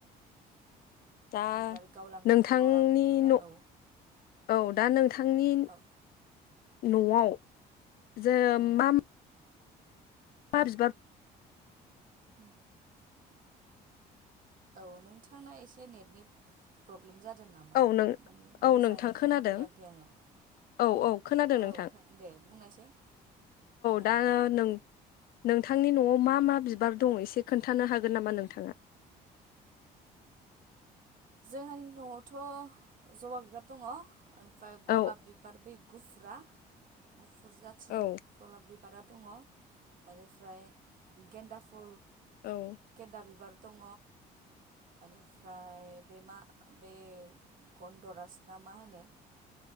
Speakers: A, on the left; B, on the right.
A: दा
B: बिबार गावलां
A: नोंथांनि
B: गावलां गेवलां
A: न'
B: औ
A: औ दा नों थांनि
B: औ
A: न'आव जो
B: उम
A: मा मा बिबार
B: उम औ नोंथांना एसे नेटनि फ-प्रब्लेम जादों दों नामा
A: औ नों
B: मानि
A: औ
B: मोजाङै
A: नोंथां खोनादों
B: खोनाफैयाखै आङो
A: औ औ खोनादों नोंथां
B: औ दे बुंनायसै
A: दा
B: औ दे
A: नों नोंथांनि न'आव मा मा बिबार दं एसे खोन्थानो हागोन नामा नोंथाङा?
B: जोंहानि न'आवथ' जबा बिबार दङ ओमफ्राय
A: औ
B: गलाब बिबार बे गुफुरा गुफुर जाथिनि
A: औ
B: गलाब बे बिबारा दङ बेनिफ्राय गेन्दा फु
A: औ
B: गेनदा बिबार दङ एनिफ्राय बे मा बे गन्दरास ना मा होनो?